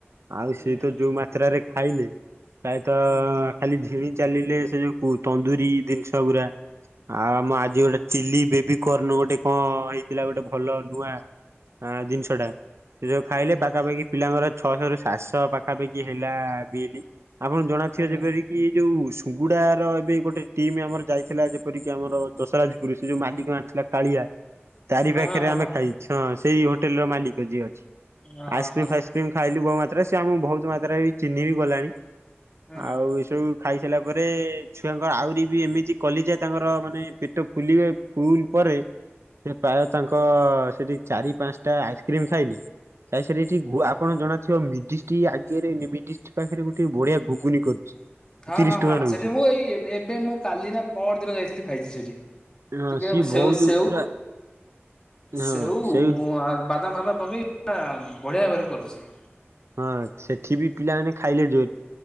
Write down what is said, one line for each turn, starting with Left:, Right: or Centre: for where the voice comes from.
Right: ଆଉ
Left: ହୁଁ।
Right: ସିଏ ତ ଯୋଉ ମାତ୍ରାରେ ଖାଇଲେ, ପ୍ରାୟତ
Left: ହୁଁ
Right: ଖାଲି ଝିଣି ଚାଲିଲେ, ସେ ଯୋଉ ତନ୍ଦୁରୀ ଜିନିଷ ଗୁରା ଆଉ, ଆମ ଆଜି ଗୋଟେ ଚିଲି ବେବିକର୍ନ ଗୋଟେ କଣ ହେଇଥିଲା, ଗୋଟେ ଭଲ ନୂଆ ହଁ ଜିନିଷ ଟା। ସେ ଯୋଉୁ ଖାଇଲେ,
Left: ହୁଁ
Right: ପାଖା ପାଖି ପିଲାଙ୍କର, ଛଅଶହ ରୁ ସାତଶହ ପାଖାପାଖି ହେଲା ବିଲ୍। ଆପଣଙ୍କୁ ଜଣାଥିବ
Left: ହୁଁ
Right: ଯେପରି ଏଇ ଯୋଉ ସୁୁଗୁଡାର ଏବେ ଗୋଟେ ଟିମ୍ ଆମର ଯାଇଥିଲା, ଯେପରିକି ଆମର ଦଶରଜପୁରସେ ଯୋଉ ମାଲିକ ମ ଥିଲା କାଳିଆ, ତାରି
Left: ହଁ
Right: ପାଖରେ
Left: ହଁ ହଁ
Right: ଆମେ
Left: ହଁ।
Right: ଖାଇଛୁ, ହଁ ସେଇ ହୋଟେଲ ର ମାଲିକ ଯିଏ ଅଛି।
Left: ଓ ହୋ
Right: ଆଇସ୍କ୍ରିମ,
Left: ହୋ
Right: ଫାଇସ୍କ୍ରିମ
Left: ହୋ
Right: ଖାଇଲୁ ବହୁତ ମାତ୍ରାରେ ।ସେ ଆମକୁ ବହୁତ ମାତ୍ରାରେ ବି ଚିହିଁ ବି ଗଲାଣି।
Left: ହୁଁ।
Right: ଆଉ ଏସବୁ ଖାଇସାରିଲା ପରେ, ଛୁଆଙ୍କର ଆହୁରି ବି ଏମିତି କଲିଜା ତାଙ୍କର, ମାନେ ପେଟ ଫୁଲିବ ଫୁଲ ପରେ, ସେ ପ୍ରାୟ ତାଙ୍କ ସେଠି ଚାରି, ପାଞ୍ଚଟା ଆଇସ୍କ୍ରିମ ଖାଇଲେ ଖାଇସାରି ଏଠି ଘୁଆ ଆପଣ ଜଣା ସେ ବା ମିଡିଷ୍ଟ୍ରି ଆଗରେ, ନୁମି୍ଦିଷ୍ଟ ପାଖରେ ଗୋଟେ ବଢିଆ ଗୁଗୁନି କରୁଛି।
Left: ହଁ,
Right: ତିରିଶ
Left: ହଁ,
Right: ଟଙ୍କା
Left: ହଁ
Right: ନଉଛି
Left: ।ସେଠି ମୁଁ ଏଇ ଏବେ, ମୁଁ କାଲି ନା ପହର ଦିନ ଯାଇଥିଲି ଖାଇଛି ସେଠି।
Right: ହଁ
Left: ଟିକେ
Right: ସିଏ
Left: ସେଉ
Right: ବହୁତ
Left: ସେଉ
Right: ପୁରା ହଁ
Left: ।ସେଉ
Right: ସେଇ
Left: ଆ ବାଦାମ ଫାଦାମ ପକେଇ ପୁରା-ବଢିଆ ଭାବରେ କରୁଛି।
Right: ହଁ ସେଠି ବି ପିଲାମାନେ ଖାଇଲେ ଜୋରେ।